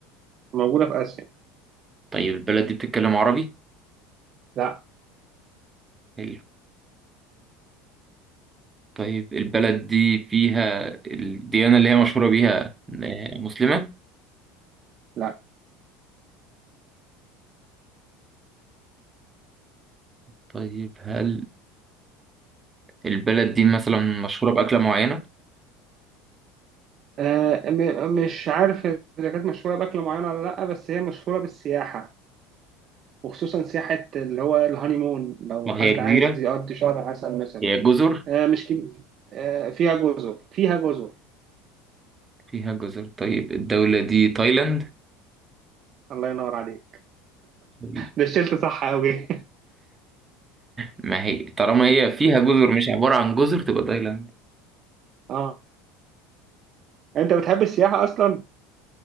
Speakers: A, on the right; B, on the right.
A: موجوده في اسيا
B: طيب البلد دي بتتكلم عربي
A: لا
B: حلو طيب البلد دي فيها الديانة اللي هي مشهورة بيها آه، مسلمة
A: لا
B: طيب هل البلد دي مثلا مشهورة بأكلة معينة
A: آه م- مش عارف اذا كانت مشهوره باكل معين ولا لا بس هي مشهوره بالسياحه وخصوصا سياحة اللي هو الهانيمون لو
B: طب
A: حد
B: هي جزيرة
A: عايز يقضي شهر عسل مثلا
B: هي جزر
A: آه مش كده آه فيها جزر فيها جزر
B: فيها جزر طيب الدولة دي تايلاند
A: الله ينور عليك
B: طيب،
A: ده شلت صح أوي
B: ما هي طالما هي فيها جزر مش عبارة عن جزر تبقى تايلاند
A: <laughs> اه انت بتحب السياحة اصلا